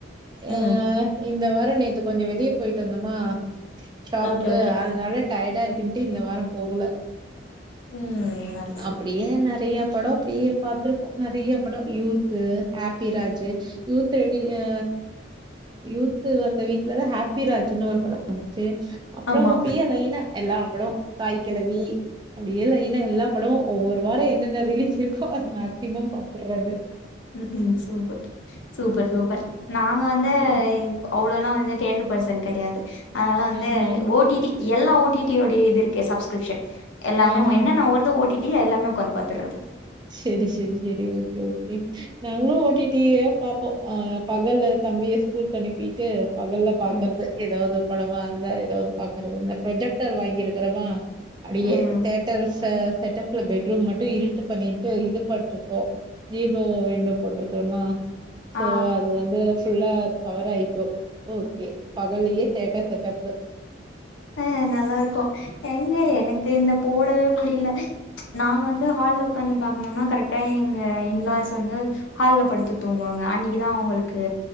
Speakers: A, on the right; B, on the left.
A: அ
B: ம்
A: இந்த வார நேத்து கொஞ்ச வெளிய போயிட்டு வந்தோமா ஷாப்கு
B: ஓகே ஓகே
A: அதனால டயர்டா இருக்குன்ட்டு இந்த வார போகல
B: ம் நல்லது
A: அப்டியே நிறைய படம் அப்டியே பாத்துருக்கோ நிறைய படம் யூத்து ஹாப்பிராஜ் யூத் ரெடி ஆ யூத்து வந்த வீக்லதா ஹாப்பிராஜ்ன்னு ஒரு பட வந்துச்சு அப்புறோ
B: ஆமா
A: அப்டியே லைனா எல்லா படோ தாய் கிழவி அப்டியே லைனா எல்லா படமு ஒவ்வொரு வார என்னென்ன ரிலீஸ் இருக்கோ அதது மேக்சிமம் பாத்துறது
B: ம் ம் சூப்பர் சூப்பர் நாங்க வந்து
A: ம்
B: அவ்ளோல்லா வந்து தியேட்டரு பர்சன் கிடையாது அதனால வந்து
A: ம் ம்
B: ஓ டி டி எல்லா ஓ டி டி உடைய இது இருக்கு சப்ஸ்கிரிப்ஷன் எல்லாமே
A: ம் ம்
B: என்னன்ன வருதோ ஒ டி டி எல்லாமே உட்காந்து பாத்துறது
A: செரி செரி செரி ஓகே ஓகே நாங்களு ஓ டி டியப் பாப்போ அ பகல்ல தம்பிய ஸ்கூல்க்கு அனுப்பிட்டு பகல்ல பாக்கறது
B: ம்
A: எதாவது படமா இருந்தா எதாவது பாக்குறது ப்ரொஜக்டர் வாங்கிருக்கிறமா அப்டியே
B: ம்
A: தேட்டர் ச செட்டப்ல பெட்ரூம் மட்டு இருட்டு பண்ணி ட்டு இது போட்டிருக்கோ ஜீரோ விண்டோ போட்டிருக்கோமா சோ
B: ஆ
A: அது வந்து ஃபுல்லா கவர் ஆயிக்கு கே பகல்லயே தேட்டர் செட்டப்பு
B: அ நல்லா ருக்கு எங்க எனக்கு இந்த போடவே முடில நாங்க வந்து ஹால்ல உக்காந்து பாக்கணுனா கரெக்டா எங்க இன்லாஸ் வந்து ஹால் படுத்து தூங்குவாங்க அன்னைக்குதா அவுங்களுக் கு